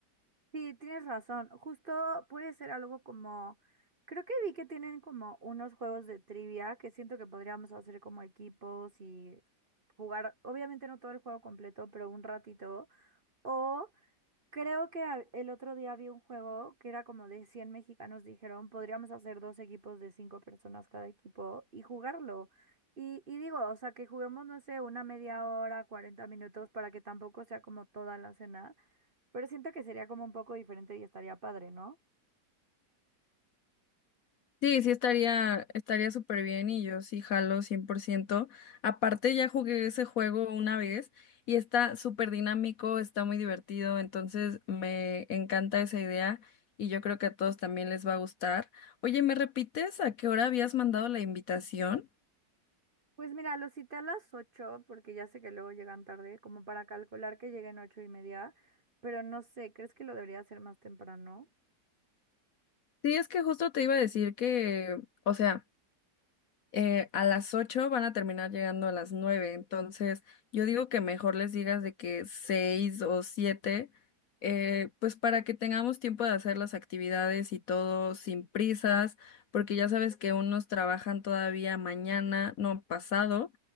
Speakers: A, on the right; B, on the left.
A: Sí, tienes razón. Justo puede ser algo como, creo que vi que tienen como unos juegos de trivia que siento que podríamos hacer como equipos y jugar, obviamente no todo el juego completo, pero un ratito. O creo que a- el otro día vi un juego que era como de 100 mexicanos, dijeron, podríamos hacer dos equipos de cinco personas cada equipo y jugarlo. Y, y digo, o sea, que juguemos, no sé, una media hora, 40 minutos para que tampoco sea como toda la cena. Pero siento que sería como un poco diferente y estaría padre, ¿no?
B: Sí, sí estaría, estaría súper bien y yo sí jalo 100%. Aparte ya jugué ese juego una vez y está súper dinámico, está muy divertido, entonces me encanta esa idea y yo creo que a todos también les va a gustar. Oye, ¿me repites a qué hora habías mandado la invitación?
A: Pues mira, los cité a las 8 porque ya sé que luego llegan tarde, como para calcular que lleguen ocho y media, pero no sé, ¿crees que lo debería hacer más temprano?
B: Sí, es que justo te iba a decir que, o sea, eh, a las 8 van a terminar llegando a las 9, entonces yo digo que mejor les digas de que 6 o 7, eh, pues para que tengamos tiempo de hacer las actividades y todo sin prisas, porque ya sabes que unos trabajan todavía mañana, no pasado,